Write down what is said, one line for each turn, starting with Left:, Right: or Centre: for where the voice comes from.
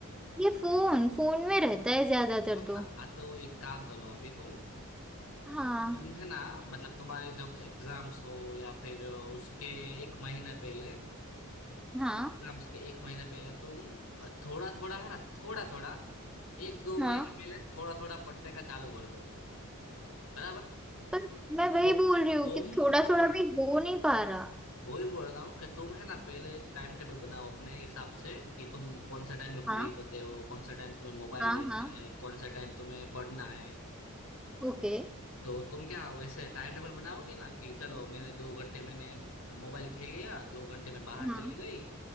Centre: ये फोन फोन में रहता है ज्यादातर
Left: हो ना
Centre: तो
Left: हाँ तो एक काम करो अभी तुम
Centre: हाँ
Left: तुम है ना मतलब तुम्हारे जब एग्जाम्स हो या फिर उसके एक महीने पहले
Centre: हाँ
Left: एग्जाम्स के एक महीने पहले तुम थोड़ा थोड़ा है ना थोड़ा थोड़ा एक दो महीने
Centre: हाँ
Left: पहले थोड़ा थोड़ा पढ़ने का चालू कर दो बराबर
Centre: पर मैं वही
Left: वो
Centre: बोल रही हूँ
Left: तुम
Centre: कि थोड़ा थोड़ा भी हो नहीं पा रहा
Left: वही बोल रहा हूँ कि तुम है ना पहले एक टाइम टेबल बनाओ अपने हिसाब से कि तुम कौन सा टाइम में फ्री
Centre: हाँ
Left: रहते हो कौन सा टाइम तुम्हें मोबाइल
Centre: हाँ
Left: देखना
Centre: हाँ
Left: है कौन सा टाइम तुम्हें पढ़ना है
Centre: ओके
Left: तो तुम क्या वैसे टाइम टेबल बनाओगी ना कि चलो मैंने दो घंटे मैंने मोबाइल खेल लिया दो घंटे में बाहर
Centre: हाँ
Left: चली गई